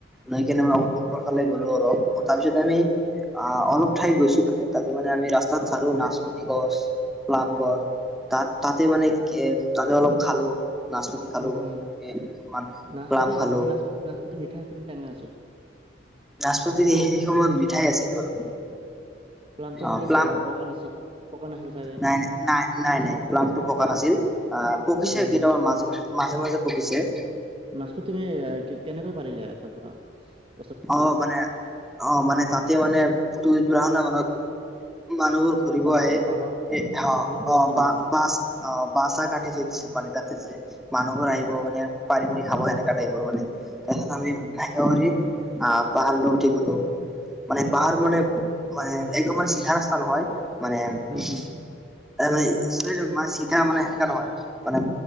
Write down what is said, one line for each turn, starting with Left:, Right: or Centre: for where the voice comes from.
Centre: নৈ কেনে আমাৰ ওপৰ ফালে গ'লো ৰ তাৰপিছত আমি আহ অলপ ঠাই গৈছিলোহে তাতে মানে আমি ৰাস্তাত চালো নাচপতি গছ প্লাম গছ <unintelligible> ত তাতে মানে তাতে অলপ খালো নাচপতি খালো
Right: উম হম
Centre: এ কিছুমান
Right: নাচপতি
Centre: প্লাম খালো
Right: তুমি নাচ নাচপতি মিঠা আছিল নে টেঙা আছিল
Centre: নাচপতি এইখিনি সময়ত মিঠাই আছিল বাৰু
Right: প্লামটো
Centre: অ
Right: চাইকেল
Centre: প্লাম
Right: বগা ন আছিল পকা নাছিল আছিল চাগে
Centre: নাই নাই নাই নাই নাই প্লামটো পকা নাছিল অ পকিছে
Right: উম
Centre: কেইটামাৰ মাজে মাজে মাজে পকিছে <unintelligible>
Right: নাচপতি তুমি কেনেকৈ পাৰিলা তাৰ পৰা <unintelligible>
Centre: অ মানে অ মানে তাতে মানে <unintelligible> মানত <unintelligible> মানুহবোৰ ঘূৰিব
Right: বাঁহ
Centre: আহে
Right: বাঁহৰ
Centre: এ অ
Right: বাঁহৰ কিবা
Centre: অ
Right: আছিল
Centre: বা
Right: নেকি
Centre: বা বাচ অ বা চাহ কাটি থৈ দিছিল মানে তাতে যে
Right: উম
Centre: মানুহবোৰ আহিব <unintelligible> মানে পাৰিবাৰিক সাৱধানে কাটাইপৰ মানে তাছত আমি
Right: উম
Centre: আহিব বুলি <unintelligible> অ পাহাৰ ন উঠিগলো <unintelligible> মানে পাহাৰ মান মানে একদমান চিধা ৰাস্তা নহয় মানে <unintelligible>
Right: উম
Centre: আমি চিধা মানে সেনেকা নহয় মানে